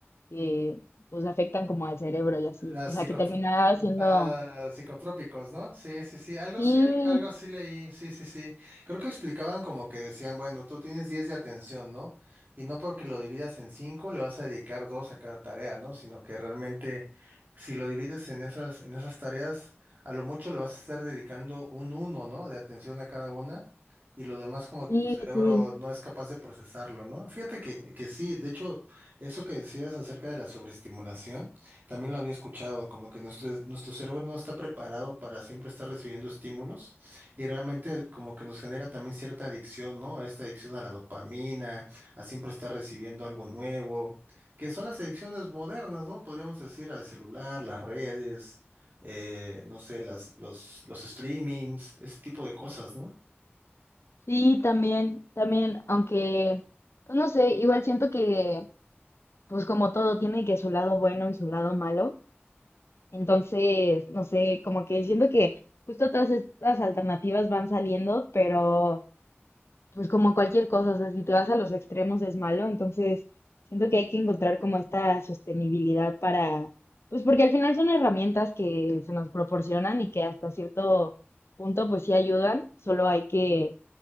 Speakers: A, on the left; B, on the right.
A: que pues afectan como al cerebro y así.
B: Las
A: O sea,
B: psico-
A: que terminaba siendo,
B: Ah, psicotrópicos, ¿no? Sí, sí, sí, algo
A: sí,
B: así, al- algo así leí, sí, sí, sí. Creo que explicaban como que decían, bueno, tú tienes 10 de atención, ¿no? Y no porque lo dividas en 5, le vas a dedicar 2 a cada tarea, ¿no? Sino que realmente si lo divides en esas, en esas tareas, a lo mucho le vas a estar dedicando un uno, ¿no? De atención a cada una y lo demás como
A: sí,
B: que tu cerebro
A: sí,
B: no es capaz de procesarlo, ¿no? Fíjate que, que sí, de hecho, eso que decías acerca de la sobreestimulación. También lo había escuchado, como que nuestro, nuestro cerebro no está preparado para siempre estar recibiendo estímulos y realmente como que nos genera también cierta adicción, ¿no? Esta adicción a la dopamina, a siempre estar recibiendo algo nuevo, que son las adicciones modernas, ¿no? Podríamos decir al celular, las redes, eh, no sé, las, los, los streamings, ese tipo de cosas, ¿no?
A: sí, también, también, aunque, pues no sé, igual siento que pues como todo tiene que su lado bueno y su lado malo. Entonces, no sé, como que siento que justo todas estas alternativas van saliendo, pero... pues como cualquier cosa, o sea, si te vas a los extremos es malo, entonces siento que hay que encontrar como esta sostenibilidad para, pues porque al final son herramientas que se nos proporcionan y que hasta cierto punto pues sí ayudan, solo hay que